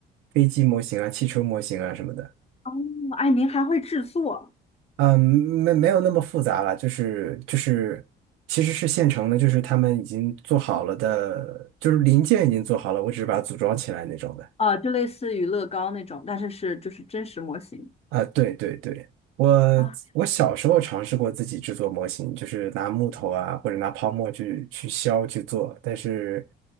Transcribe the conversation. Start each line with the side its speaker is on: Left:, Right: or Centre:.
Right: 飞机模型啊、汽车模型啊什么的，
Left: 哦，哎，您还会制作
Right: 嗯，没没有那么复杂了，就是就是其实是现成的，就是他们已经做好了的，就是零件已经做好了，我只是把它组装起来那种的。
Left: 啊？就类似于乐高那种，但是是就是真实模型。
Right: 啊，对对对，我
Left: 啊，
Right: 我小时候尝试过自己制作模型，就是拿木头啊或者拿泡沫去去削去做，但是